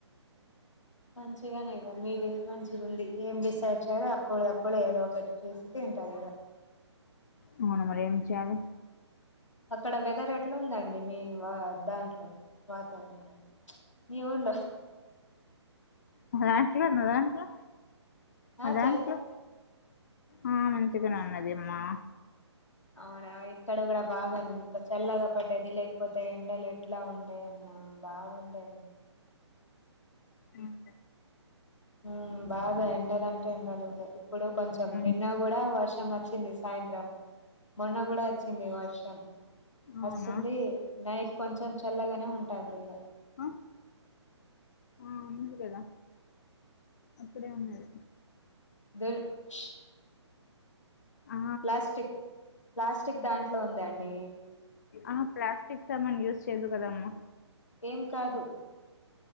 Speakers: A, on the left; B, on the left.
A: మంచిగానేగ మీది మంచిగుంది ఏం బ సడ్చారు అప్పుడు అప్పుడు ఏదో ఒకటి చేసి తింటారు ఇగ
B: అవున మరి ఏంచేయాలె
A: అక్కడ వెదర్ ఎట్లుందండి మీ వా దాంట్లో వాతావరణం మీ ఊర్లో
B: మాదన్కే మాదన్కే
A: ఆ
B: మాదన్కే
A: చెప్పండి
B: ఆ మంచిగానే ఉన్నది అమ్మా
A: అవునా ఇక్కడ కూడా బాగుంది చల్లగా పడ్డది లేకపోతే ఎండలు ఎట్లా ఉందో అమ్మ బాగుండె ఎండలు
B: ఆహా
A: హ్మ్ బాగా ఎండలు ఇలాంట ఎండలు ఉండ ఇప్పుడు కొంచెం
B: ఉమ్
A: నిన్న
B: సరే
A: గూడా వర్షం వచ్చింది సాయంత్రం మొన్న కూడా వచ్చింది వర్షం
B: అవునా
A: వస్తుంది నైట్ కొంచెం చల్లగా ఉంటాంది ఇగ
B: ఆ ఆ ఉన్నది కదా అక్కడే ఉన్నది
A: దర్ష్
B: ఆ
A: ప్లాస్టిక్ ప్లాస్టిక్ దాంట్లో ఉంది అండి
B: ఆ ప్లాస్టిక్ సామాన్ యూజ్ చేయద్దు కదమ్మా
A: ఏం కాదు